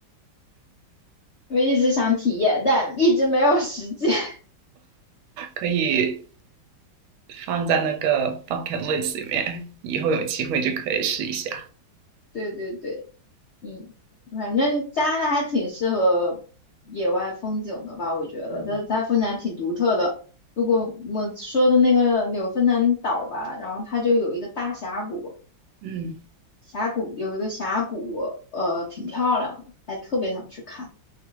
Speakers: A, on the left; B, on the right.
A: <laughs> 我一直想体验，但一直没有时间。<laughs>
B: 可以放在那个 bucket list 里面，以后有机会就可以试一下。
A: 对对对，嗯，反正加拿大还挺适合野外风景的吧，我觉得它它风景还挺独特的。
B: 嗯
A: 如果我说的那个纽芬兰岛吧，然后它就有一个大峡谷。
B: 嗯，
A: 峡谷有一个峡谷，呃，挺漂亮的，还特别想去看。